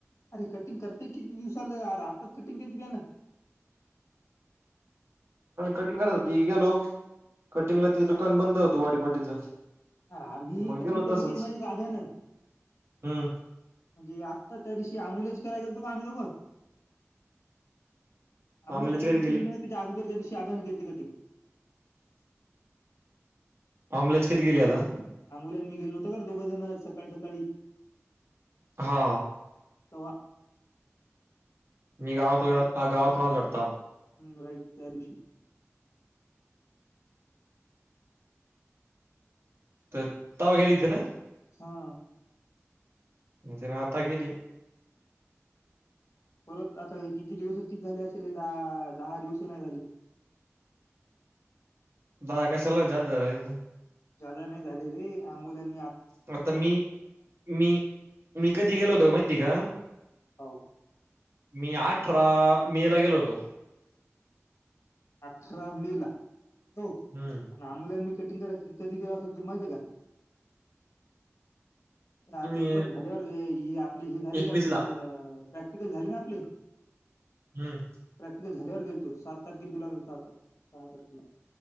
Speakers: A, on the left (about 70°); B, on the right (about 55°).
A: अरे कटिंग करतेय किती दिवस झालं आताच कटिंग केली का ना
B: कटिंग कराय हो ती गेलो कटिंगला ती दुकान बंद होतो वाडीपाटीचं
A: अरे आम्ही
B: मग
A: कटी
B: गेलो
A: कधी
B: तसंच
A: केली माझी अभ्यान
B: हम्म
A: म्हणजे आता त्या दिवशी आमोलाची करायला गेलतो आम्ही दोघं आमोलाची
B: आमल्याची कधी
A: कटिंग केली
B: गेली
A: म्हण त्याच्या अगोदरच्या दिशी अभ्यान केती कटिंग
B: आमलेची कधी केली आता
A: आ मुल्यां मी गेलोव्हतो का दोघ जण सकाळी सकाळी
B: हा
A: तवा
B: मी गाव गाव खुणाला लढता
A: हम् राईट त्या दिवशी
B: तर तवा गेलीेते ना
A: हा
B: म ते राहता कधी
A: परत आता हे किती दिवसच किती झाले असेल दहा दहा दिवस नाही झाले
B: हा कशाला जास्त करायच
A: जादा नाही झाले रे आ मुलांनी
B: आता मी मी मी कधी गेलो होतो माहिती का
A: हो
B: मी अठरा मे ला गेलो होतो
A: अठरा मे ला हो
B: हम्म
A: मुला मी कटिंग करा कधी गेलं असेल तुला माहिित आहे का ह
B: तुम्ही
A: पेपर झाल्यावर आपली हे झाली
B: एकवीस
A: का अ
B: ला
A: प्रॅक्टिकल झाले ना आपले
B: हम्म
A: झाल्यावर गेल तो सात तारखे सहा तारखेला.